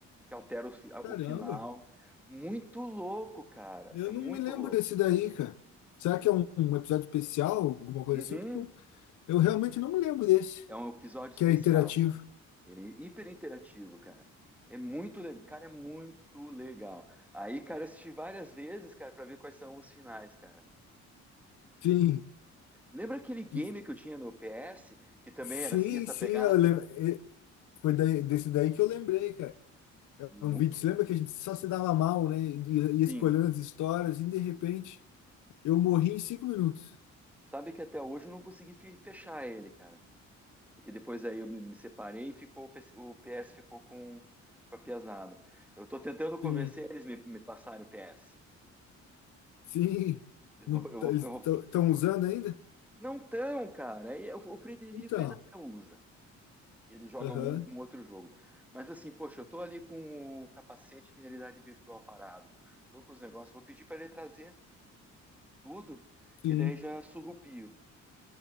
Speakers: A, in the centre; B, on the left.
A: que alteram o, fi- o
B: Caramba,
A: final. Muito louco, cara.
B: eu
A: É muito
B: não me lembro
A: louco.
B: desse daí, cara. Será que é
A: Eu-
B: um, um episódio especial, alguma coisa
A: Uhum.
B: assim? Porque eu, eu realmente não me lembro desse,
A: É um episódio especial.
B: que é interativo.
A: Ele é hiper interativo, cara. É muito legal, cara, é muito legal. Aí, cara, eu assisti várias vezes, cara, pra ver quais são os finais, cara.
B: Sim,
A: Lembra aquele game
B: e-
A: que eu tinha no PS, que também
B: sim,
A: era assim, essa
B: sim,
A: pegada?
B: eu lembro. Foi daí- desse daí que eu lembrei, cara. É um
A: Mu-
B: vídeo, você lembra que a gente só se dava mal, né? Ia
A: Sim.
B: ia escolhendo as histórias e de repente eu morri em cinco minutos.
A: Sabe que até hoje eu não consegui fi- fechar ele, cara. Porque depois aí eu me, me separei e ficou, o PS o PS ficou com, com a piazada. Eu tô tentando convencer
B: Sim,
A: eles me, me passarem o PS.
B: sim.
A: Eu
B: Não,
A: vou, eu
B: tá-
A: vou-
B: eles
A: eu vou-
B: estão usando ainda?
A: Não tão, cara. Aí O o Frederico
B: Então,
A: ainda usa. Ele joga
B: aham,
A: um, um outro jogo. Mas assim, poxa, eu tô ali com o capacete de realidade virtual parado. Tô com os negócios. Vou pedir para ele trazer tudo,
B: sim,
A: e daí já surrupio